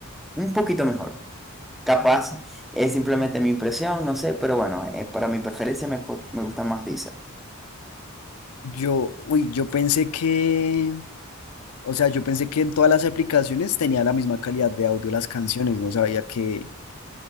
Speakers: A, in the centre; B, on the left (about 85°).
A: un poquito mejor. Capaz es simplemente mi impresión, no sé, pero bueno, eh, para mi preferencia me, cu- me gusta más Deezer.
B: Yo, uy, yo pensé que, o sea, yo pensé que en todas las aplicaciones tenía la misma calidad de audio las canciones, no sabía que,